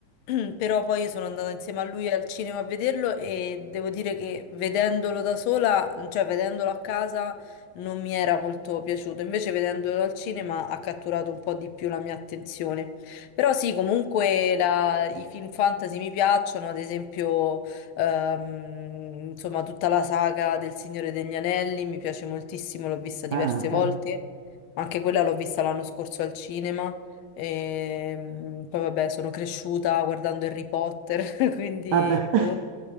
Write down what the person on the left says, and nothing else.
<clears throat> però poi io sono andata insieme a lui al cinema a vederlo e devo dire che vedendolo da sola, cioè vedendolo a casa, non mi era molto piaciuto. Invece vedendolo al cinema ha catturato un po' di più la mia attenzione. Però sì, comunque la- i film fantasy mi piacciono, ad esempio, ehm, insomma, tutta la saga del Signore degli Anelli mi piace moltissimo, l'ho vista diverse
volte,
anche quella l'ho vista l'anno scorso al cinema, e poi vabbè, sono cresciuta guardando Harry Potter, <laughs> quindi
comunque...